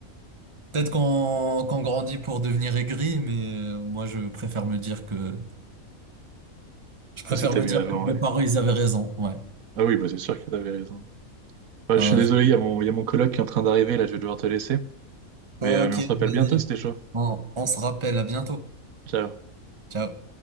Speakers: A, on the right; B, on the right.
A: Peut-être qu'on qu'on grandit pour devenir aigri, mais euh, moi je préfère me dire que je préfère
B: que c'était
A: me
B: mieux
A: dire
B: avant,
A: que mes
B: ouais.
A: parents ils avaient raison. Ouais.
B: Ah oui, bah, c'est sûr que t'avais raison. Ouais,
A: Euh,
B: je suis désolé,
A: je-
B: il y a mon, il y a mon coloc qui est en train d'arriver, là, je vais devoir te laisser. Mais,
A: Ok,
B: euh, mais on se rappelle
A: vas-y.
B: bientôt, c'était chaud.
A: on on se rappelle. À bientôt.
B: Ciao.
A: Ciao.